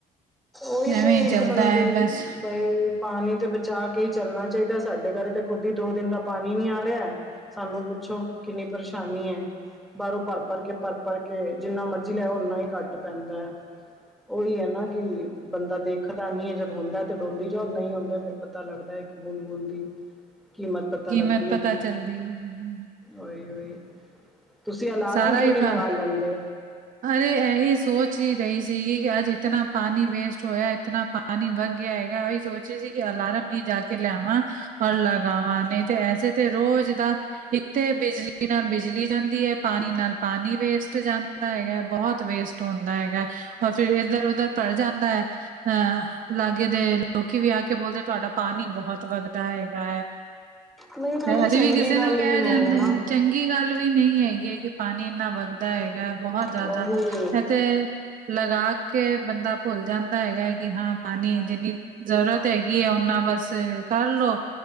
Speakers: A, in the centre; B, on the right.
A: ਉਹੀ
B: ਐਵੇਂ
A: ਤੇ
B: ਹੀ
A: ਇੱਕ
B: ਚੱਲਦਾ
A: ਬੰਦੇ
B: ਹੈ ਬਸ
A: ਬਈ ਪਾਣੀ ਤੇ ਬਚਾ ਕੇ ਈ ਚੱਲਣਾ ਚਾਈਦਾ, ਸਾਡੇ ਘਰ ਤੇ ਖੁਦ ਈ ਦੋ ਦਿਨ ਦਾ ਪਾਣੀ ਨੀ ਆ ਰਿਆ। ਸਾਨੂੰ ਪੁੱਛੋ ਕਿੰਨੀ ਪਰੇਸ਼ਾਨੀ ਐ। ਬਾਰੋਂ ਭਰ-ਭਰ ਕੇ ਭਰ-ਭਰ ਕੇ ਜਿੰਨਾ ਮਰਜ਼ੀ ਲੈ ਆਓ ਓਨਾਂ ਹੀ ਘੱਟ ਪੈਂਦਾ ਐ। ਉਹੀ ਐ ਨਾ ਕਿ ਬੰਦਾ ਦੇਖਦਾ ਨੀ ਐ ਜਦ ਹੁੰਦਾ ਤੇ ਡੋਲੀ ਜਾਓ, ਨਈਂ ਹੁੰਦਾ ਫਿਰ ਪਤਾ ਲੱਗਦਾ ਇੱਕ ਬੂੰਦ-ਬੂੰਦ ਦੀ ਕੀਮਤ ਪਤਾ
B: ਕੀਮਤ
A: ਲੱਗਦੀ ਐ
B: ਪਤਾ
A: ਕੀ
B: ਚੱਲਦੀ
A: ਓਈ ਓਈ, ਤੁਸੀਂ ਅਲਾਰਮ
B: ਸਾਰਾ
A: ਕਿਉਂ
B: ਹੀ
A: ਨ੍ਹੀਂ
B: ਪਾ
A: ਲਗਾ ਲੈਂਦੇ।
B: ਅਰੇ ਇਹੀ ਸੋਚ ਈ ਰਈ ਸੀਗੀ ਕਿ ਅੱਜ ਇਤਨਾ ਪਾਣੀ ਵੇਸਟ ਹੋਇਆ ਇਤਨਾ ਪਾ ਪਾਣੀ ਵਗ ਗਿਆ ਹੈਗਾ, ਉਹੀ ਸੋਚ ਸੀ ਕਿ ਅਲਾਰਮ ਈ ਜਾ ਕੇ ਲੈਵਾਂ ਔਰ ਲਗਾਵਾ ਨਈਂ ਤੇ ਐੇਸੇ ਤੇ ਰੋਜ਼ ਦਾ ਇੱਕਥੇ ਬਿਜਲੀ ਨਾਲ ਬਿਜਲੀ ਜਾਂਦੀ ਐ, ਪਾਣੀ ਨਾਲ ਪਾਣੀ ਵੇਸਟ ਜਾਂਦਾ। ਹੈਗਾ ਬਹੁਤ ਵੇਸਟ ਹੁੰਦਾ ਹੈਗਾ ਐ ਔਰ ਫਿਰ ਇੱਧਰ ਉਧਰ ਪੜ ਜਾਂਦਾ ਐ ਅਹ ਲਾਗੇ ਦੇ ਲੋਕੀ ਵੀ ਆ ਕੇ ਬੋਲਦੇ ਤੁਆਡਾ ਪਾਣੀ ਬਹੁਤ ਵੱਗਦਾ ਹੈਗਾ ਐ।
A: ਨਹੀਂ ਨਾਲੇ
B: ਅਸੀਂ
A: ਚੰਗੀ
B: ਵੀ ਕਿਸੇ
A: ਗੱਲ
B: ਨੂੰ ਕਹਿ
A: ਵੀ ਨਹੀਂ
B: ਜਾਂਣੇ
A: ਹੈ ਨਾ
B: ਆਂ। ਚੰਗੀ ਗੱਲ ਵੀ ਨਈਂ ਹੈਗੀ ਐਂ ਕਿ ਪਾਣੀ ਇੰਨਾ ਵਗਦਾ ਹੈਗਾ। ਬਹੁਤ ਜ਼ਿਆਦਾ
A: ਉਹੀ
B: ਇਥੇ ਲਗਾ ਕੇ ਬੰਦਾ ਭੁੱਲ ਜਾਂਦਾ ਹੈਗਾ ਕਿ ਹਾਂ ਪਾਣੀ ਜਿੰਨੀ ਜ਼ਰੂਰਤ ਹੈਗੀ ਐ ਓਨਾਂ ਬਸ ਕਰਲੋ।